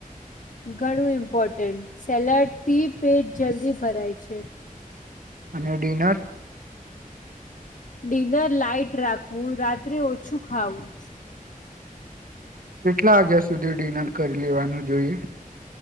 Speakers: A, on the left; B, on the right.
A: ઘણું ઇમ્પોર્ટન્ટ સેલાડ થી પેટ જલ્દી ભરાય છે.
B: અને ડિનર?
A: ડિનર લાાઈટ રાખવું રાત્રે ઓછું ખાવું.
B: કેટલા વાગ્યા સુધી ડિનર કરી લેવાનું જોઈએ?